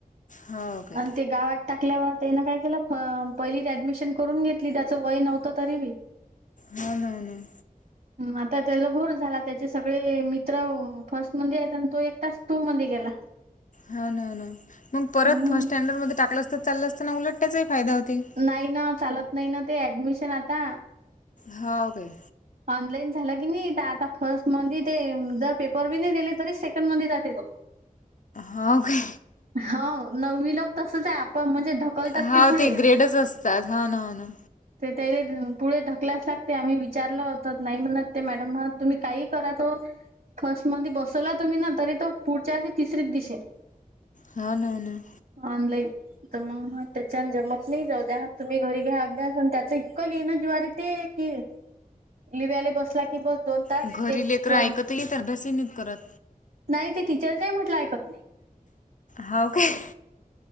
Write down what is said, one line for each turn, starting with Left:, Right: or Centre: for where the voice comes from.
Left: हो काय.
Right: आणि ते गावात टाकल्यावर त्यान काय केलं प पहिलीच ऍडमिशन करून घेतली त्याचं वय नव्हतं तरी बी.
Left: हा ना न.
Right: आता त्याला घोर झाला त्याचे सगळे मित्र फर्स्ट मध्ये आहेत आणि तो एक तस तू मध्ये गेला.
Left: हा ना ना मग परत
Right: हम्म.
Left: फर्ट स्टँडर्ड मध्ये टाकलं असत चाललं असताना उलट त्याचाही फायदा होती.
Right: नाही ना चालत नाही ना ते ऍडमिशन आता.
Left: हो काय?
Right: ऑनलाईन झाला की नाही आता फर्स्ट मधै ते जर पेपर बी नाही दिले तरी सेकंड मध्ये जाते तो.
Left: हो का?
Right: हो नववी ला तसच आहे आपण म्हणजे ढकलतात
Left: हा
Right: पुढे
Left: ते ग्रेडच असतात हो ना हो ना.
Right: ते त्या पुढे ढकलत लागते आम्ही विचारलं होत नाही म्हणत ते मॅडम म्हण तुम्ही काही करा तो फर्स्ट मधे बसवला तुम्ही ना तरी तो पुढच्या अे तिसरीत दिसेल.
Left: हा ना ना.
Right: ऑनलाईन. तर मग त्याच्या जमत नाही जाऊ द्या तुम्ही घरी घ्या अभ्यास आणि त्याचं इकं लिणं जीवारी ते कि लिव्याला बसला की बस दोन तास
Left: घरी
Right: एक
Left: लेकर ऐकत येत अभ्यास नाहीत करत.
Right: नाही ते टीचरच म्हटलं ऐकत नाही.
Left: हो काय?